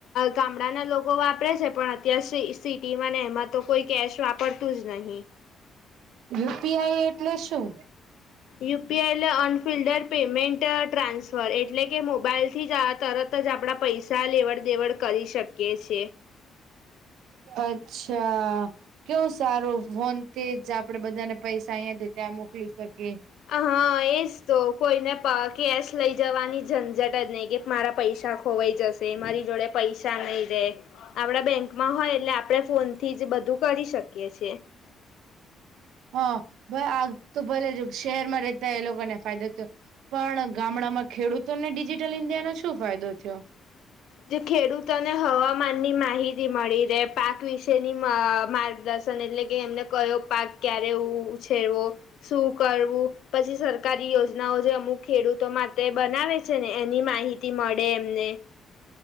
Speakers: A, on the left; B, on the right.
A: ગામડાના લોકો વાપરે છે પણ અત્યાર સિટીમાં ને એમાં તો કોઈ કેશ વાપરતું જ નહીં
B: યુપીઆઈ એટલે શું
A: યુપીઆઈ એટલે ઉન્ફઇલેંડ પેમેન્ટ ટ્રાન્સફર એટલે કે મોબાઈલથી જ તરત જ આપણા પૈસા લેવડ દેવડ કરી શકીયે કે છે
B: અચ્છા કેવું સારું ફોન જ આપણેે બધાને પૈસા અહીંથી ત્યાં મોકલી શકીએ
A: હા એજ તો કોઈને કેશ લઈ જવાની ઝંઝટ જ નહીં કે મારા પૈસા ખોવાઈ જશે મારી જોડે પૈસા નહીં રહે આપડા બેંકમાં હોય આપડે ફોન જ બધું કરી શકીએ છે
B: હા આ તો ભલે જો શહેરમાં રહેતા એ લોકોને ફાયદો થયો ગામડામાં ખેડૂતોને ઈન્ડિયાનો શું ફાયદો થયો
A: જે ખેડૂતોને હવામાન ની માહિતી મળી રહે પાક વિશેની માર્ગદર્શન એટલે કે એમને કયો પાક ક્યારે ઉછેરવો શું કરવું પછી સરકારી યોજનાઓ જે અમુક ખેડૂતો માટે બનાવે છે ને એની માહિતી મળે એમને